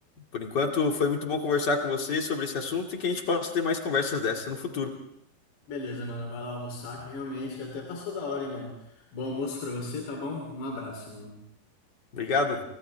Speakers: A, on the left; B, on the left.
A: Por enquanto, foi muito bom conversar com você sobre esse assunto e que a gente possa ter mais conversas dessas no futuro.
B: Beleza, mano, vai lá almoçar, que realmente já até passou da hora, hein, mano. Bom almoço para você, tá bom? Um abraço, mano.
A: Obrigado.